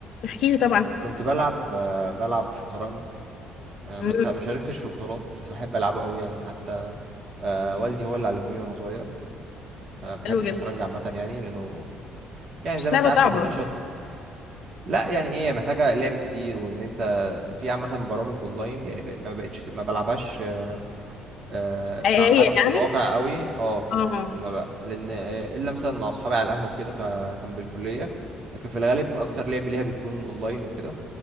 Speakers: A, on the left; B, on the right.
A: احكي لي طبعا
B: كنت بلعب آه، بلعب شطرنج آه،
A: مم،
B: ما دخ- ما شاركتش في بطولات بس بحب العبه قوي يعني حتى آه، والدي هو اللي علمه لي وانا صغير فبحب
A: حلو
B: الشطرنج
A: جدا
B: عامه يعني لانه يعني
A: بس
B: زي ما
A: لعبة
B: انت عارفه
A: صعبة
B: بينشط لا يعني ايه محتاجه لعب كتير وان انت في عامه برامج اونلاين يعني بق- ما بقتش ما بلعبهاش آه،
A: حقيقية
B: مع حد
A: يعني
B: في الواقع قوي اه
A: اه
B: ما بق... لان آه، الا مثلا مع اصحابي على القهوه كده ف- جنب الكليه لكن في الغالب اكتر لعب ليها بيكون اونلاين وكده